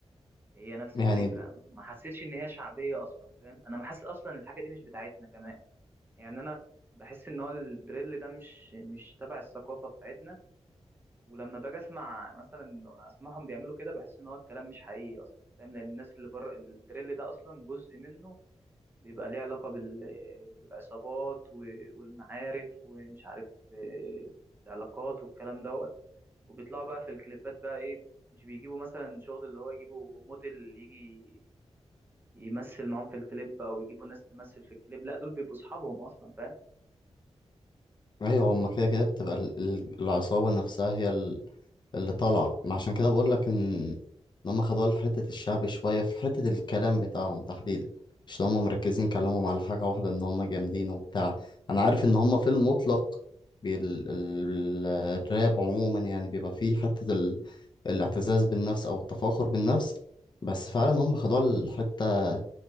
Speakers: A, on the right; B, on the left.
A: هي نفس
B: يعني
A: الفكرة ما حسيتش إن هي شعبية أصلا فاهم أنا بحس أصلا إن الحاجة دي مش بتاعتنا كمان يعني أنا بحس إن هو الدريل ده مش مش تبع الثقافة بتاعتنا ولما باجي أسمع مثلا إنه أسمعهم بيعملوا كده بحس إن هو الكلام مش حقيقي أصلا فاهم لأن الناس اللي بره الدريل ده أصلا جزء منه بيبقى ليه علاقة بال... بالعصابات و... والمعارف ومش عارف آه، العلاقات والكلام دوت وبيطلعوا بقى في الكليبات بقى ايه مش بيجيبوا مثلا شغل اللي هو يجيبوا موديل يجي يمثل معاهم في الكليب او يجيبوا ناس تمثل في الكليب لا دول بيبقوا اصحابهم اصلا فاهم
B: ايوه هما كده كده بتبقى ال- ال- العصابه نفسها هي اللي طالعة ما عشان كده بقول لك ان إن هم خدوا حتة الشعب شوية في حتة الكلام بتاعهم تحديدا مش إن هم مركزين كلامهم على حاجة واحدة ان هم جامدين وبتاع انا عارف ان هم في المطلق بي- ال- ال- الراب عموما يعني بيبقى فيه حتة ال... الاعتزاز بالنفس او التفاخر بالنفس بس فعلا هم خدوها الحتة